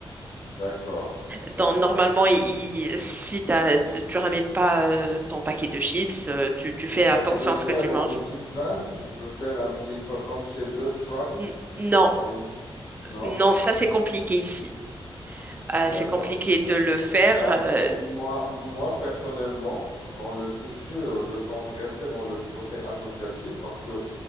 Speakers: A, on the left (about 55°); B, on the right (about 20°).
A: D'accord, d'accord.
B: Donc, normalement, il- il- si t'as- tu tu ramènes pas euh, ton paquet de chips, euh, tu, tu
A: Mais
B: fais
A: ça,
B: attention
A: tu veux le
B: à
A: faire
B: ce que tu
A: dans
B: manges.
A: une petite vanne? Tu veux faire un petit, co- comme chez eux, truck?
B: N- non,
A: Une petite... Non?
B: non, ça, c'est compliqué ici.
A: D'accord,
B: Euh, c'est compliqué
A: d'accord.
B: de le faire
A: Bah,
B: euh,
A: m- moi, moi, personnellement, dans le futur, je compte rester dans le côté associatif parce que